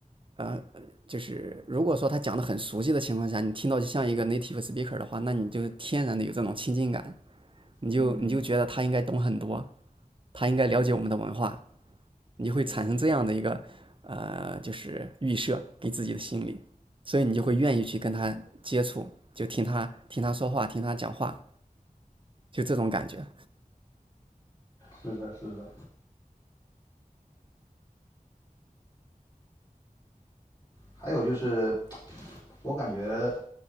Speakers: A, on the right (about 35°); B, on the left (about 30°).
A: 呃，就是如果说他讲的很熟悉的情况下，你听到就像一个 native speaker 的话，那你就天然的有这种亲近感。你就你就觉得他应该懂很多，
B: 嗯嗯，
A: 他应该了解我们的文化，
B: 对
A: 你就会产生这样的一个呃，
B: 对对对，
A: 就是预设给自己的心理，所以你就会愿意去跟他接触，就听他听他说话，听他讲话，就这种感觉，
B: 是的，是的。还有就是，我感觉，